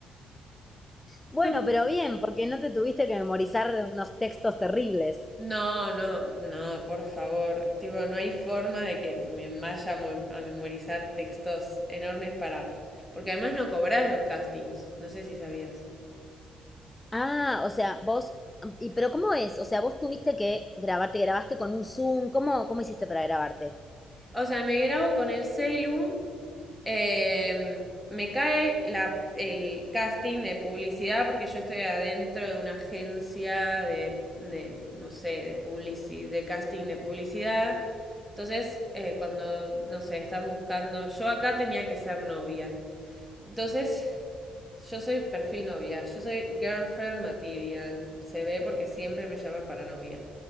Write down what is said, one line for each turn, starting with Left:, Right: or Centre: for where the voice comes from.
Left: Bueno,
Centre: Tú-
Left: pero bien, porque no te tuviste que memorizar unos textos terribles.
Centre: No, no, no, por favor. Tipo, no hay forma de que me vaya a mo- a memorizar textos enormes para... Porque además no cobras los castings, no sé si sabías.
Left: Ah, o sea, vos... ¿Y pero cómo es? O sea, vos tuviste que grabarte, grabaste con un Zoom. ¿Cómo, cómo hiciste para grabarte?
Centre: O sea, me grabo con el celu, em, me cae la, el casting de publicidad porque yo estoy adentro de una agencia de, de, no sé, de publici- de casting de publicidad. Entonces, eh, cuando, no sé, están buscando... Yo acá tenía que ser novia. Entonces, yo soy perfil novia, yo soy girlfriend material. Se ve porque siempre me llaman para novia.